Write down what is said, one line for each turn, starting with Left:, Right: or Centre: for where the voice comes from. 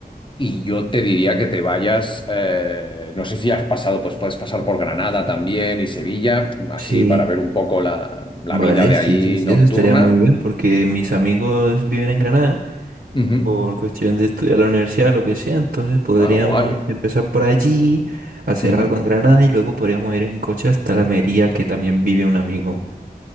Left: Y yo te diría que te vayas, eh, no sé si has pasado, pues puedes pasar por Granada también y Sevilla, así
Right: Sí,
Left: para ver un poco la, la
Right: vale,
Left: vida de
Right: sí,
Left: ahí
Right: sí, sí,
Left: nocturna.
Right: eso estaría muy bien porque mis amigos viven en Granada.
Left: Ujú.
Right: por cuestión de estudiar la universidad, lo que sea, entonces podríamos
Left: Ah, guay.
Right: empezar por allí, hacer
Left: Ujú.
Right: algo en Granada y luego podríamos ir en coche hasta la Mería, que también vive un amigo.